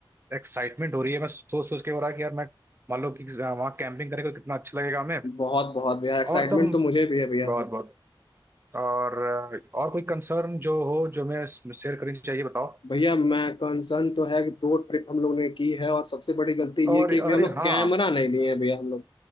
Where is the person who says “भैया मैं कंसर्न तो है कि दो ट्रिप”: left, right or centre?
Left